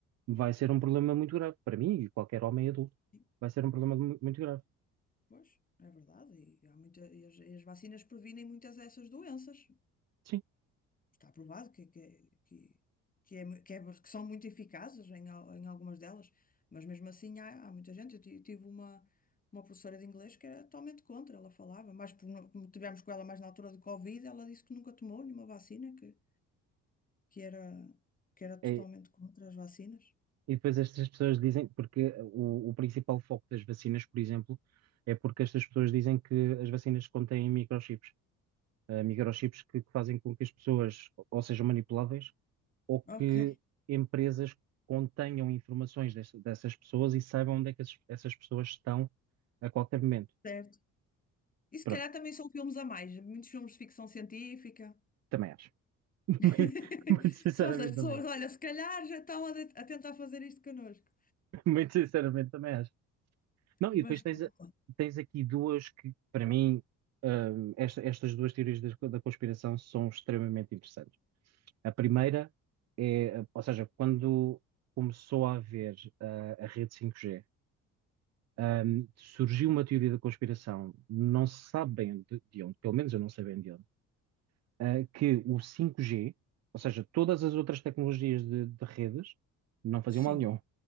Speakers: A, on the right (about 55°); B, on the left (about 25°).
A: vai ser um problema muito grave para mim e qualquer homem adulto.
B: sim.
A: Vai ser um problema mu- muito grave.
B: Pois, é verdade. E, há muita, e as, e as vacinas previnem muitas dessas doenças.
A: Sim.
B: está provado que, que, que, que, é, mu- que, é- que são muito eficazes em, al- em algumas delas, mas mesmo assim há, há muita gente. Eu ti- tive uma, uma professora de inglês que era totalmente contra, ela falava, mas por no- como tivemos com ela mais na altura do Covid, ela disse que nunca tomou nenhuma vacina, que, que era, que era
A: É-
B: totalmente contra as vacinas.
A: e depois estas pessoas dizem, porque o, o principal foco das vacinas, por exemplo, é porque estas pessoas dizem que as vacinas contêm microchips. eh, microchips que, que fazem com que as pessoas ou sejam manipuláveis ou que
B: Ok,
A: empresas contenham informações desse- dessas pessoas e saibam onde é que essas, essas pessoas estão a qualquer momento.
B: certo. E se
A: Pronto,
B: calhar também são filmes a mais, muitos filmes de ficção científica.
A: também acho. <laughs> Muito
B: <laughs>
A: muito sinceramente,
B: Só as pessoas,
A: também acho.
B: olha, se calhar já estão a, de- a tentar fazer isto connosco.
A: Muito sinceramente, também acho. Não,
B: Mas
A: e depois tens,
B: pronto.
A: tens aqui duas que, para mim, hum, esta- estas duas teorias da, da conspiração são extremamente interessantes. A primeira é, ou seja, quando começou a haver ah, a rede 5G, hum, surgiu uma teoria da conspiração, não se sabe bem de, de onde, pelo menos eu não sei bem de onde, ah, que o 5G, ou seja, todas as outras tecnologias de, de redes, não faziam
B: Sim,
A: mal nenhum,